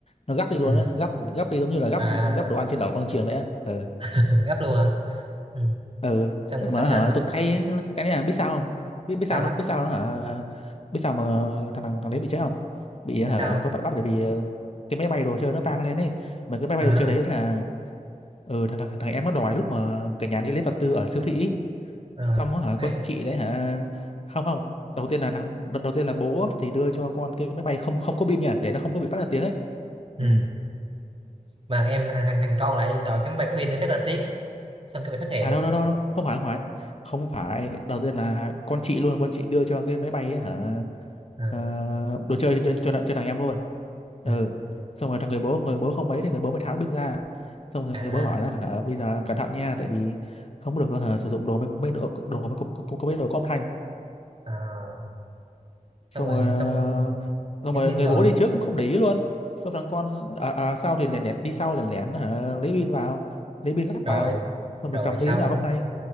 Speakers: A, on the left; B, on the right.
A: nó gắp đi luôn
B: ừ.
A: á gắp gắp đi giống như là gắp
B: à
A: gắp đồ ăn trên lẩu băng chuyền vậy á ừ
B: <laughs> ừ, gấp luôn hả ừ.
A: ừ
B: xong
A: mà
B: xong sao
A: hả
B: nữa
A: tôi cay ấy, cái này là biết sao không biết biết sao
B: sao
A: nó
B: á
A: biết sao nó hả biết sao mà thằng thằng, thằng đấy bị chết không bị hả
B: tại sao
A: có bắt bắt bởi vì ờ, cái máy bay đồ chơi nó vang lên ấy mà cái máy
B: à
A: bay đồ chơi đấy là ừ thằng, thằng thằng em nó đòi lúc mà cả nhà đi lấy vật tư ở siêu thị ý.
B: à ờ,
A: xong rồi hả con
B: hay
A: chị đấy hả không không đầu tiên là thằng đầu, đầu tiên là bố thì đưa cho con cái máy bay không không có pin nha để nó không có bị phát ra tiếng ấy
B: ừ.
A: ừ.
B: mà em thằng thằng thằng con lại đòi cái máy bay của pin để phát ra tiếng xong cái bị phát hiện
A: à đâu đâu đâu đâu không phải không phải không phải đầu tiên là con chị luôn con chị đưa cho cái máy bay ấy, hả
B: ừ.
A: Ờ, đồ chơi cho, cho, cho thằng em luôn ừ
B: Ừ.
A: xong rồi thằng người bố người bố không mấy thì người bố mới tháo pin ra xong rồi
B: à,
A: người bố bảo là hả bây giờ cẩn thận nha tại vì không được hả, sử dụng đồ mấy mấy đồ đồ mấy có, có, có mấy đồ có âm thanh
B: à
A: xong
B: xong rồi
A: rồi ờ,
B: xong
A: xong
B: nhắn
A: rồi
B: tin
A: người
B: vô
A: bố
B: à?
A: đi trước cũng không để ý luôn xong thằng con à, à, sau thì lén lén đi sau lén lén hả, lấy pin vào lấy pin lắp
B: rồi
A: vào xong
B: rồi
A: rồi cầm
B: xong
A: đi lúc nào không hay